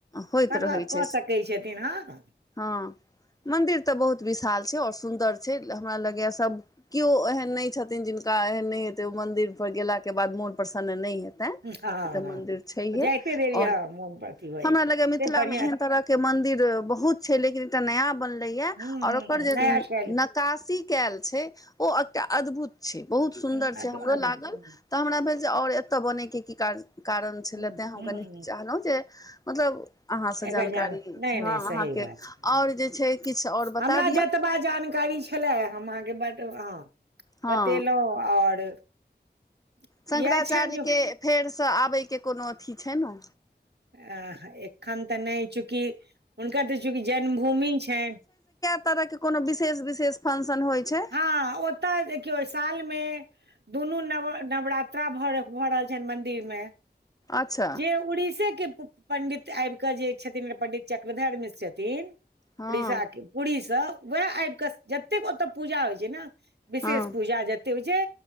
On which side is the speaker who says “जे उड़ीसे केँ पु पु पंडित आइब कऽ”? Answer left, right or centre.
Right